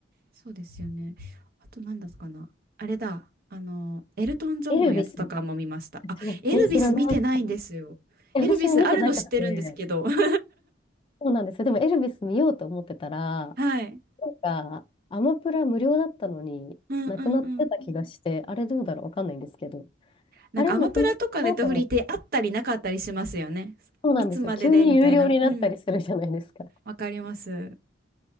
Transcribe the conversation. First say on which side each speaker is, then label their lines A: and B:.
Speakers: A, on the right; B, on the left.
A: そうですよね。あと何だったかな。あれだ。あの、エルトン・ジョンのやつとかも見ました。
B: エルビス。
A: あ、
B: 違う。
A: エルビス見てないんですよ。
B: え、知らない。え、
A: エルビスあるの知ってるんですけど。
B: 私も見てなくて。
A: <laughs>
B: そうなんですよ。でもエルヴィス見ようと思ってたら、
A: はい。
B: なんか、アマプラ無料だったのに、
A: うんうんうん。
B: なくなってた気がして、あれどうだろうわかんないんですけど、
A: なんかアマプラとかネットフリってあったりなかったりしますよね。
B: あれなくなったと思って、そうなんですよ。
A: いつまででみたいな。
B: 急に有料になったりするじゃないですか。
A: うん。わかります。